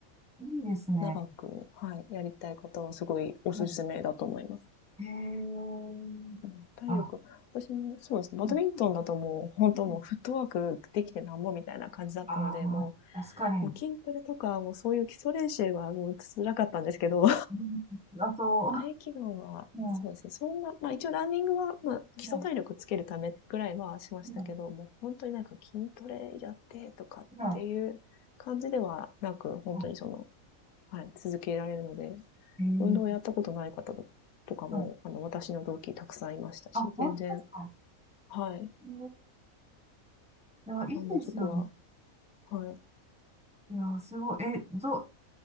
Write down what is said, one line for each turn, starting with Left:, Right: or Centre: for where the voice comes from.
Centre: いいですね。
Left: 長く、はい、やりたい方はすごいおすすめだと思います。
Centre: うんへえ。
Left: うん、体力、
Centre: あの、
Left: 私もそうですね。バドミントンだともう、
Centre: うん
Left: 本当もうフットワークできてなんぼみたいな感じだったので、
Centre: うんあー、
Left: も
Centre: 確かに。
Left: う、もう筋トレとか、もうそういう基礎練習はもう辛かったんですけど、
Centre: うんあ、そ
Left: 合気道は、
Centre: う。
Left: そうですね。
Centre: うん。
Left: そんな、まあ一応ランニングは、まあ基礎体力つけるためぐらいはしましたけど、
Centre: うん。うん。
Left: もう本当になんか筋トレやってとかっていう感じではなく、
Centre: うん
Left: 本当にその、
Centre: あ、
Left: はい、続けられるので、
Centre: へえ。
Left: 運動をやったことない方とかも、
Centre: はい。
Left: あの、私の同期たくさんいましたし、
Centre: あ、本当ですか。
Left: 全然、はい、
Centre: へえ。いや、いいですよね。
Left: あの、そこは、はい、
Centre: いや、すごい。え、ど、